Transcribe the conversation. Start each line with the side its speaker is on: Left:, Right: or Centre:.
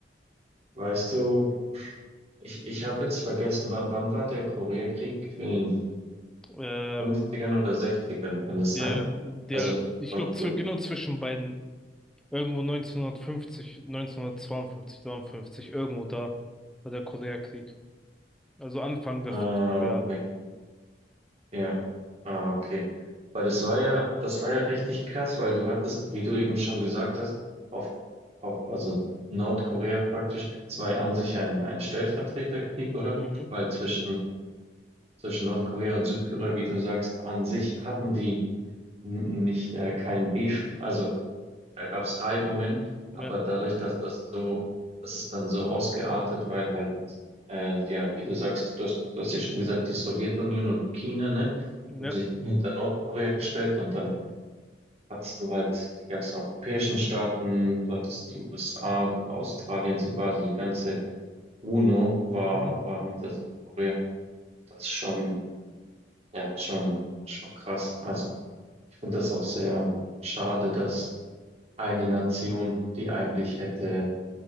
Right: Weißt du, ich, ich habe jetzt vergessen, wa- wann war der Koreakrieg? In den
Centre: Ähm,
Right: Fünfzigern oder Sechzigern ern kann das
Centre: der,
Right: sein?
Centre: der,
Right: Also
Centre: ich
Right: schon
Centre: glaube, zw
Right: früh.
Centre: genau zwischen beiden, irgendwo 1950, 1952, 53, irgendwo da war der Koreakrieg. Also Anfang der
Right: Ah,
Centre: 50
Right: okay.
Centre: Jahre.
Right: Ja. Ah, okay. Weil das war ja, das war ja richtig krass, weil du hattest, wie du eben schon gesagt hast, auf, auf also Nordkorea praktisch, es war ja an sich ein, ein Stellvertreterkrieg, oder?
Centre: Mhm.
Right: Weil zwischen, zwischen Nordkorea und Südkorea, wie du sagst, an sich hatten die n- nicht äh, kein Beef. Also da gab es Reibungen,
Centre: Ja,
Right: aber dadurch, dass das so, das ist dann so ausgeartet, weil halt, äh, ja, wie du sagst, du hast, du hast ja schon gesagt, die Sowjetunion und China, ne,
Centre: ja.
Right: haben sich hinter Nordkorea gestellt und dann hattest du halt die ganzen europäischen Staaten, du hattest die USA, Australien sogar, also die ganze UNO war,
Centre: Mhm.
Right: war hinter Südkorea. Das ist schon, ja, schon, schon krass. Also ich finde das auch sehr schade, dass eine Nation, die eigentlich hätte